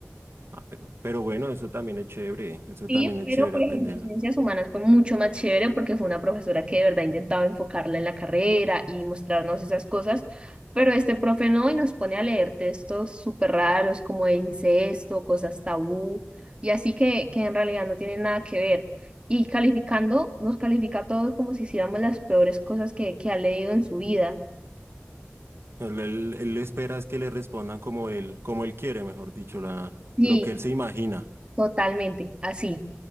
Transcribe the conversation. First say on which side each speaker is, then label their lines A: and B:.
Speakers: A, on the right; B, on the right.
A: Ah, pero, pero bueno, eso también es chévere, eso
B: Sí,
A: también es
B: pero
A: chévere
B: por
A: aprenderlo.
B: ejemplo, en ciencias humanas fue mucho más chévere porque fue una profesora que de verdad intentaba enfocarla en la carrera y mostrarnos esas cosas, pero este profe no y nos pone a leer textos súper raros como de incesto, cosas tabú y así que, que en realidad no tienen nada que ver. Y calificando, nos califica a todos como si hiciéramos las peores cosas que, que ha leído en su vida.
A: Él, él- él espera es que le respondan como él, como él quiere, mejor dicho, la,
B: Sí,
A: lo que él se imagina.
B: totalmente, así.